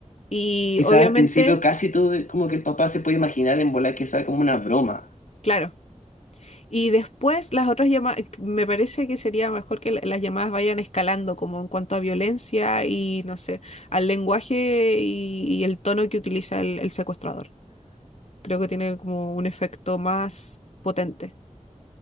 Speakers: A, on the left; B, on the left.
A: Y
B: Quizás
A: obviamente,
B: al principio casi todo, como que el papá se puede imaginar en volar que sea como una broma.
A: claro. Y después las otras llamadas, me parece que sería mejor que la- las llamadas vayan escalando como en cuanto a violencia y, no sé, al lenguaje y, y el tono que utiliza el, el secuestrador. Creo que tiene como un efecto más potente.